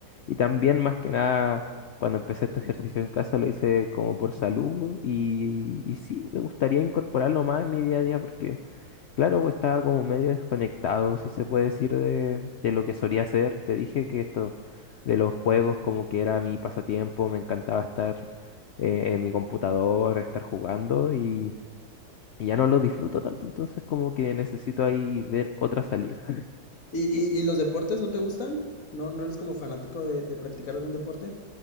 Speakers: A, on the left (about 80°); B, on the left (about 60°).
A: y también más que nada cuando empecé este ejercicio en casa lo hice como por salud y, y sí, me gustaría incorporarlo más en mi día a día porque Claro, pues, estaba como medio desconectado, si se puede decir, de, de lo que solía hacer. Te dije que esto de los juegos como que era mi pasatiempo, me encantaba estar eh, en mi computador, estar jugando y, y ya no lo disfruto tanto, entonces como que necesito ahí ver otra salida.
B: ¿Y, y, y los deportes no te gustan? ¿No, no eres como fanático de, de practicar algún deporte?